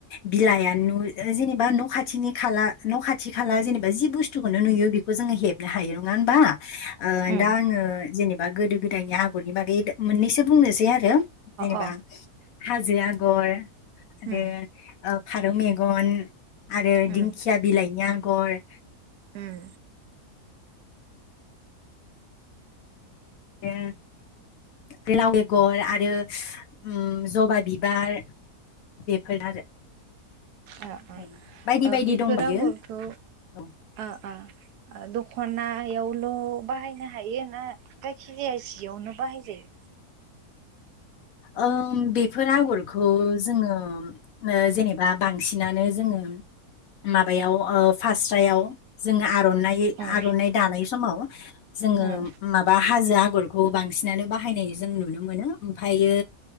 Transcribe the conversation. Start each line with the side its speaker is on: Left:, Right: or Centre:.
Left: बिलाइयानो नु जेनेबा न' खाथिनि खाला न' खाथि खाला जेनेबा जि बुस्थुखौनो नुयो बेखौ जोङो हेबनो हायो। नङा होमबा? ओ
Right: अ
Left: दा आङो जेनेबा गोदो गोदायनि आगरनि बागै मोननैसो बुंनोसै आ रो जेनेबा
Right: अ
Left: हाजो आगर आरो
Right: उम
Left: ओ फारौ मेगन आरो
Right: उम
Left: दिंखिया बिलाइनि आगर
Right: उम
Left: <unintelligible> बे लाव बेगर आरो ओम जबा बिबार। बेफोर आरो
Right: अ अ।
Left: औ बायदि
Right: ओ
Left: बायदि
Right: बेफोर
Left: दंबायो
Right: आगरखौ ओ ओ
Left: औ
Right: आ दख'नायावल' बाहायनो हायो ना जायखिजाया जियावनो बाहाय जायो?
Left: ओम बेफोर आगरखौ जोङो ओ जेनेबा बांसिनानो जोङो <unintelligible> माबायाव ओ फास्रायाव जोङो आर'नाइ
Right: उम
Left: आर'नाइ दानाय समाव जोङो
Right: उम
Left: माबा हाजो आगरखौ बांसिनानो बाहायनाय जों नुनो मोनो। ओम फायो